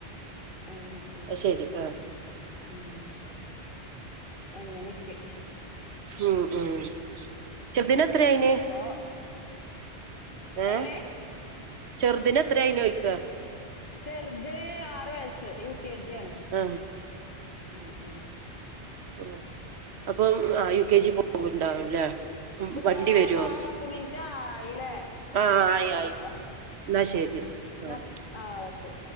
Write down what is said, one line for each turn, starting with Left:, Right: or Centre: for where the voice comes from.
Left: അങ്ങനെക്കെ
Right: അത് ശരി ആഹ്
Left: ഉം അങ്ങനെക്കെ
Right: ഉം ഉം ചെറുദിന എത്ര ആയിന്.
Left: ഇപ്പൊ
Right: ഏ
Left: എങ്ങനെ
Right: ചെറുതിന് എത്രയിനു ചോയ്ക്ക
Left: ചെർത് ആറു വയസ്സ് യു കെ ജി ആണ്
Right: ആഹ്
Left: ഉം ഉം
Right: ഉ അപ്പൊ യു കെ ജി പോകണ്ടാവുംല്ലേ ഉം
Left: ഇതിപ്പോ
Right: വണ്ടി വരുവോ
Left: പത്ത് മിനിറ്റ് ആയില്ലേ
Right: ആഹ് ആയി ആയി
Left: പത്ത്
Right: എന്നാ
Left: ആ
Right: ശരി
Left: എന്നാ
Right: ആഹ്.
Left: ആ ഓക്കെ